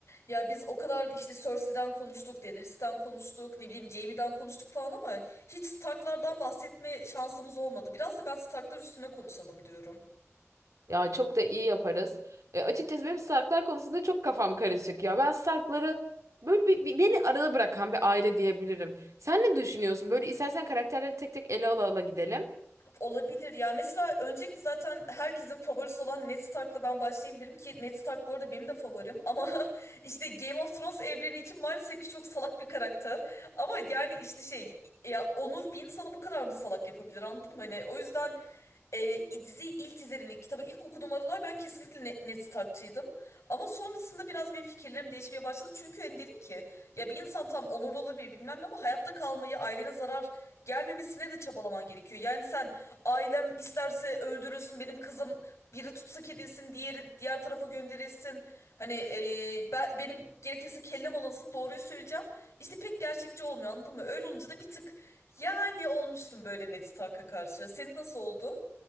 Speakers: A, on the left (about 65°); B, on the right (about 80°).
A: Ya biz o kadar işte Cersei'den konuştuk, Daenerys'ten konuştuk, ne bileyim Jaime'den konuştuk falan ama hiç Stark'lardan bahsetme şansımız olmadı. Biraz da ben Stark'lar üstüne konuşalım diyorum.
B: Ya çok da iyi yaparız. E, açıkçası benim Starklar konusunda çok kafam karışık ya. Ben Starkları böyle bir, bir- beni arada bırakan bir aile diyebilirim. Sen ne düşünüyorsun? Böyle istersen karakterleri tek tek ele ala ala gidelim.
A: Olabilir ya. Mesela öncelikle zaten herkesin favorisi olan Ned Stark'la ben başlayabilirim ki Ned Stark bu arada benim de favorim ama <laughs> işte Game of Thrones evreni için maalesef ki çok salak bir karakter. Ama yani işte şey ya onur bir insanı bu kadar mı salak yapabilir anladın mı? Hani o yüzden e, diziyi ilk izlediğimde, kitabı ilk okuduğum aralar ben kesinlikle Ne- Ned Stark'çıydım. Ama sonrasında biraz benim fikirlerim değişmeye başladı. Çünkü hani dedim ki ya bir insan tam onurlu olabilir bilmem ne ama hayatta kalmayı, ailene zarar gelmemesine de çabalaman gerekiyor. Yani sen ailem isterse öldürülsün benim kızım biri tutsak edilsin diğeri diğer tarafa gönderilsin. Hani e, ben, benim gerekirse kellem alınsın doğruyu söyleyeceğim. İşte pek gerçekçi olmuyor anladın mı? Öyle olunca da bir tık yani olmuştum böyle Ned Stark'a karşı. Senin nasıl oldu?